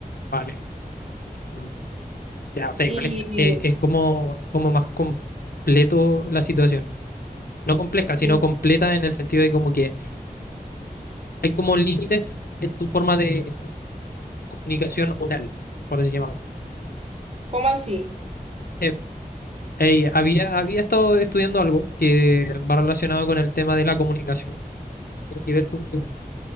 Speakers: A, on the left; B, on the right.
A: Vale. Mm. Ya, o sea,
B: Y
A: igual es, eh, es como, es como más completo la situación. no compleja,
B: sí,
A: sino completa en el sentido de como que hay como límites en tu forma de comunicación oral, por así llamarlo.
B: ¿Cómo así?
A: Eh, eh, había, había estado estudiando algo que va relacionado con el tema de la comunicación. Tiene que ver con que